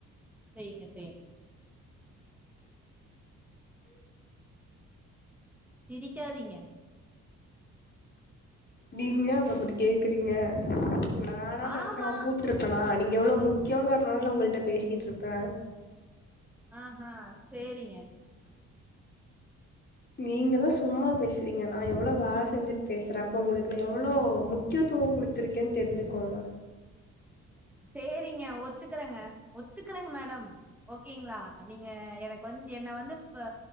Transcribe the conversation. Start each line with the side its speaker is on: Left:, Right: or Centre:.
Centre: செய்ங்க செய்ங்க சிரிக்காதீங்க
Left: நீங்ளே அப்பற அப்டி கேக்கறீங்க உங்கள வேணான்
Centre: ஆமா
Left: நெனச்சா நா கூப்ட்டுருப் பனா நீங்க எவ்ளே முக்கியங்கற்னால நா உங்கள்ட பேசிட்டு இருப்பே
Centre: ஆ ஹா சேரிங்க
Left: நீங்கதா சும்மா பேசுறீங்க நா எவ்வளவு வேல செஞ்சுட் பேசுற அப்ப உங்களுக்கு நா எவ்வளோ முக்கிய துவூ கொடுத்துருக்கேன் தெரிஞ்சுக்கோங்க
Centre: சேரிங்க ஒத்துக்கறங்க ஒத்துக்கறங் மேடம் ஓகேங்ளா நீங்க எனக்கு வந் என்ன வந்து பா